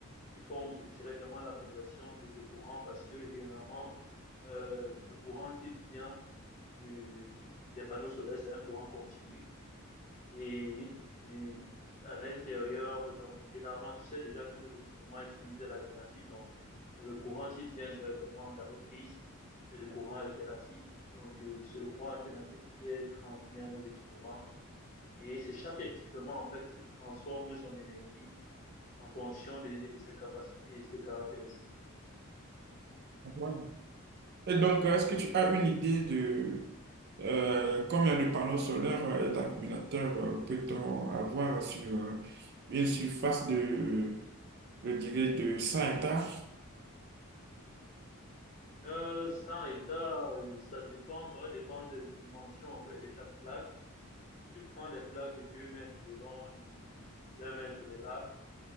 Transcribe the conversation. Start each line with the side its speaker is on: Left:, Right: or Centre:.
Left: qui font directement la conversion de, de courant parce que généralement, euh, le courant qui vient du- du- du- des panneaux solaires, c'est un courant continu. Et, et à l'intérieur, donc généralement, tu sais déjà que nos équipements utilisent de l'alternative. Donc, le courant qui vient directement dans nos prises, c'est le courant alternatif. Donc, euh, c'est le courant alternatif qui est transmis à nos équipements et c'est chaque équipement, en fait, qui transforme son énergie en fonction de, de ses capacités et ses caractéristiques.
Right: Ouais. Et donc, euh, est-ce que tu as une idée de euh, combien de panneaux solaires euh, et d'accumulateurs euh, peut-on avoir sur euh, une surface de, je dirais, de 100 hectares?
Left: Euh, 100 hectares, euh, ça dépend, ça va dépendre des dimensions, en fait, de chaque plaque. Si tu prends des plaques de 2 mètres de long et de 2 mètres de large,